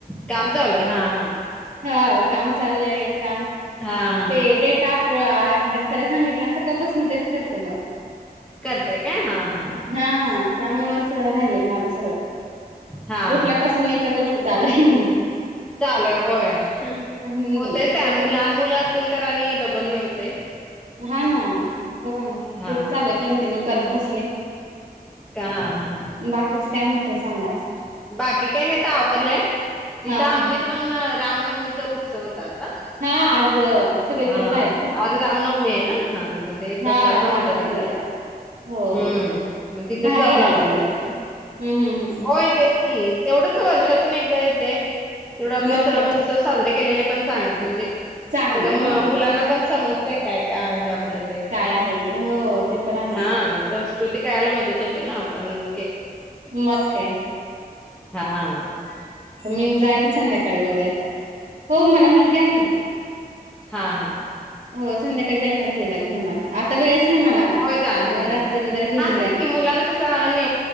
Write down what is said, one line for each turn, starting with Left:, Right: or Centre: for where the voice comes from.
Centre: काम चालू आहे हा हा.
Right: हा काम चालय काम
Centre: हां हां.
Right: ते डेटा होय अपडेट करायला सांगितलं. सकाळपासून तेच करते मग.
Centre: करताय का? हा हा.
Right: हा, त्यामुळेच राहिलेय माझं सगळं.
Centre: हां
Right: उठल्यापासून
Centre: हां हां.
Right: एकच गोष्ट चालू हाय.
Centre: चालू हाय होय.
Right: हम्म
Centre: होतेच ते त्या आणि लहान मुलं असतील तर आणि डबल हे होते.
Right: हा ना. बघा ना.
Centre: हां.
Right: तेच चालू हाय. कंटिन्यू करत बसले.
Centre: हा हा.
Right: बाकीचं काय म्हणतय सांगा अजून?
Centre: बाकी काही नाही आता आवरलंय.
Right: हा
Centre: इथं आमच्या
Right: हा
Centre: इथे पण रामनवमीचा उत्सव होता आता.
Right: हा आज सगळीकडेच
Centre: हा.
Right: आहे का ना
Centre: आज रामनवमी आहे ना. हा मग ते प्रसाद
Right: हा
Centre: पण
Right: रामनवमी
Centre: होता तिथंच.
Right: आहे आज हो
Centre: हम्म मग तिथेच
Right: भारी
Centre: जाऊन
Right: आहे
Centre: आलोय
Right: आज सगळीकडे
Centre: आम्ही आता.
Right: हम्म हम्म हम्म.
Centre: होय तेच की तेवढंच वर्षातून एकदा येते तेवढा
Right: हम्म
Centre: आपले
Right: मग
Centre: सण
Right: काय
Centre: उत्सव.
Right: तर
Centre: साजरे केलेले पण चांगले म्हणजे
Right: चांगली
Centre: सगळ
Right: हो ना
Centre: मुलांना पण समजतय काय काय आहे आप आपल ते
Right: काय आहे ते हो ते पण आहे
Centre: हा संस्कृती कळायला मदत होती ना पण.
Right: मग काय.
Centre: हा.
Right: तर मी जाईन संध्याकाळी वगैरे आता हो मला मुलगी आहे ना.
Centre: हा हा.
Right: हो संध्याकाळी जाईना त्याला घेऊनच. आता वेळच नाही मला.
Centre: होय जायला
Right: मग
Centre: पाहिजे
Right: रात्री
Centre: की.
Right: वगैरे घेऊन
Centre: हा तेच
Right: जाईन
Centre: की मुलाना कसं ने